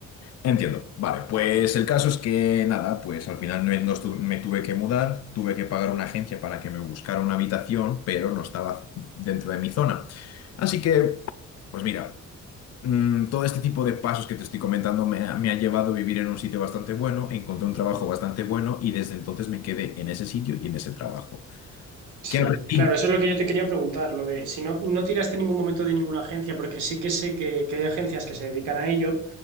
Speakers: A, on the left; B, on the right.
A: Entiendo. Vale, pues el caso es que nada, pues al final me, nos tu- me tuve que mudar, tuve que pagar una agencia para que me buscara una habitación, pero no estaba dentro de mi zona. Así que, pues mira, mm, todo este tipo de pasos que te estoy comentando me ha, me ha llevado a vivir en un sitio bastante bueno, encontré un trabajo bastante bueno y desde entonces me quedé en ese sitio y en ese trabajo.
B: Sí,
A: ¿Qué aprendí?
B: claro, eso es lo que yo te quería preguntar, lo de si no, no tiraste en ningún momento de ninguna agencia, porque sí que sé que, que hay agencias que se dedican a ello.